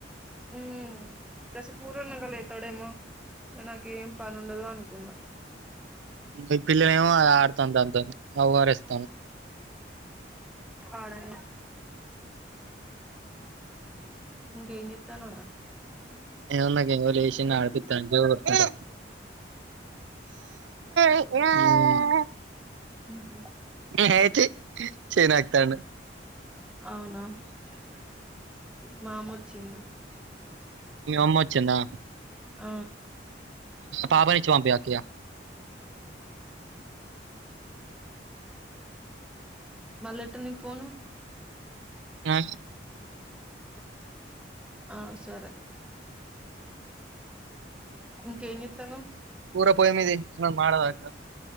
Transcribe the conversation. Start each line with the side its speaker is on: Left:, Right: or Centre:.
Centre: ఉమ్మ్ కాసేపు కూరోండినంక లేత్తాడేమో ఇగ నాకేం పనుండదు అనుకున్న
Right: మీ పిల్లనేమో ఆడతాంది దానితోని ఓఆర్ఎస్ తోని
Centre: ఆడని ఇంకేం చేత్తాన్నావ్ రా
Right: ఏముందక్క ఇగో లే సింది ఆడ్పిత్తన్న జో కొట్టుకుంటా ఉమ్మ్
Centre: మ్మ్ఉహ్మ్
Right: హేహై తీ చెయి నాకుతాండు
Centre: అవునా మా అమ వచ్చింది
Right: మి అమ్మ వచ్చిందా
Centre: ఆ
Right: పాపనిచ్చి పంపియ్ అక్కయ్య
Centre: మల్లేట్ట నికు ఫోను
Right: ఆ,
Centre: ఆ సరే ఇంకేం చేతానవ్
Right: కూర పొయ్యి మీద ఇచ్చిన మాడదాక